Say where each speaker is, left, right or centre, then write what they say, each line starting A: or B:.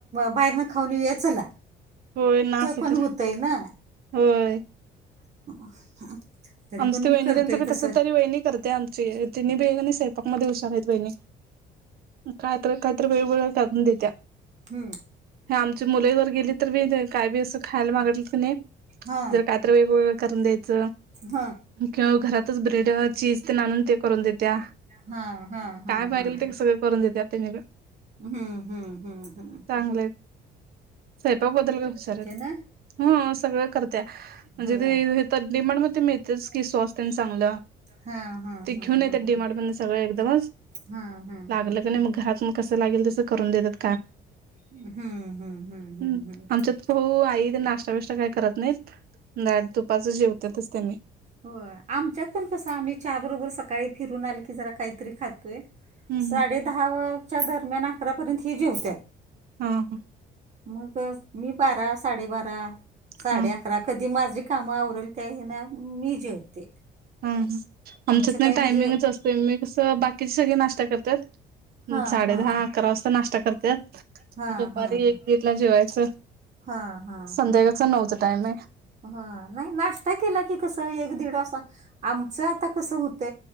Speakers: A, on the right; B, on the right.
A: बाहेर ना खाऊन येउया चला.
B: होय ना असं
A: पण
B: तर,
A: होतंय ना
B: होय.
A: <inaudible>
B: आमची
A: पण मी
B: वहिणी
A: करतोय
B: त्यांचं
A: कसं
B: तसं तरी वहिणी करते आमची ति बेग आणि स्वयंपाकमध्ये हुशार आहे. कायतर कायतर वेळवेळ टाकून देत्या.
A: हम्म
B: आमची मुले जर गेली तर मी काय बी असं खायला मागितलं की नाही.
A: हा
B: जर काहीतरी वेगवेगळं करून द्यायचं.
A: हा
B: केव्हा घरातच ब्रेड, चीज ते आणून ते करून देत्या.
A: हा हा हा
B: काय पाहिजेल
A: हा.
B: ते सगळं करून देतात ते वेगळं
A: हा हा हा हा.
B: चांगलं आहे स्वयंपाक बद्दल हुशार आहे
A: ना
B: हा सगळं करत्या म्हणजे
A: होय
B: ते तर डि मार्ट मध्ये मिळतेच की स्वस्त आणि चांगलं.
A: हा हा
B: ते घेऊन
A: हा
B: येतात
A: हा
B: डी
A: हा.
B: मार्ट मधून सगळं ऐकदमचं
A: हा हा
B: लागलं
A: हा
B: का
A: हा.
B: नाही मग घरात म कसं लागेल तसं करून देतात.
A: हम्म. हम्म हम्म
B: हम
A: हम्म हम्म.
B: आमच्यात पोहा आई ते नाश्ता विष्टा काही करत नाहीत. नाय दुपारचं जेवतातच. त्यांनी
A: होयं आमच्यात पण कसं आम्ही चहा बरोबर सकाळी फिरून आलंय की जरा काहीतरी खातोय.
B: हम्म
A: साडे दहाच्या दरम्यान अकरापर्यंत ही जेवत्यात.
B: हां हां.
A: मग मी बारा साडेबारा साडे
B: हा
A: अक अकरा कधी माझी कामं आवरते ना, मी जेवते.
B: हा आमच्यात
A: आमचं
B: ना
A: काय
B: टायमिंगच
A: म्हणजे
B: असते, मी कसं बाकीची सगळी नाश्ता करतात.
A: हा
B: साडे
A: हा
B: दहा
A: हा
B: अकरा वाजता नाश्ता करत्यात,
A: हा
B: दुपारी
A: हा हा
B: एक दीडला जेवायचं.
A: हा हा
B: संध्याकाळचा
A: हा हा
B: नऊचा टाइम आहे.
A: हा नाही नाश्ता केला की कसं एक दीड असंआमचं आता कस होत